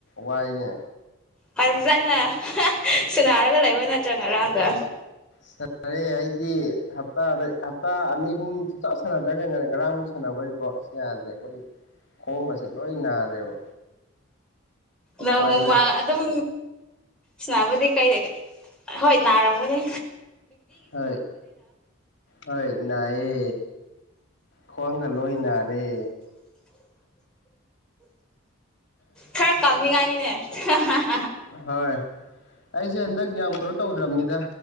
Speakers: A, on the left; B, in the centre.
A: ꯋꯥꯏꯅꯦ
B: ꯐꯖꯅ ꯁꯨꯅꯥꯔꯒ ꯂꯩꯕ ꯅꯠꯇ꯭ꯔꯣ ꯉꯔꯥꯡꯗ
A: ꯁꯥꯟꯅꯔꯦ ꯑꯩꯗꯤ ꯍꯞꯇꯥꯗ ꯍꯞꯇꯥ ꯑꯅꯤ ꯑꯍꯨꯝ ꯁꯆ ꯁꯥꯟꯅꯗ꯭ꯔꯒ ꯉ ꯉꯔꯥꯡꯃꯨꯛ ꯁꯥꯟꯅꯕꯣꯏꯀꯣ ꯑꯁ ꯌꯥꯗ꯭ꯔꯦ ꯑꯩꯈꯣꯏ ꯈꯣꯡꯕꯁꯦ ꯂꯣꯏ ꯅꯥꯔꯦꯕ
B: ꯅꯪꯃ
A: ꯋꯥꯏꯗ
B: ꯑꯗꯨꯝ ꯁꯤꯅꯥꯕꯨꯗꯤ ꯀꯩ ꯍꯣꯏ ꯅꯥꯔꯝꯒꯅꯦ
A: ꯍꯣꯏ ꯍꯣꯏ ꯅꯑꯌꯦ ꯈꯣꯡꯒ ꯂꯣꯏ ꯅꯥꯔꯦ
B: ꯈꯔ ꯀꯪꯅꯤꯡꯉꯥꯏꯅꯤꯅꯦ ꯍ ꯍꯥꯥ
A: ꯍꯣꯏ ꯑꯩꯁꯦ ꯍꯟꯗꯛ ꯌꯥꯝ ꯀꯩꯅꯣ ꯇꯧꯗ꯭ꯔꯕꯅꯤꯗ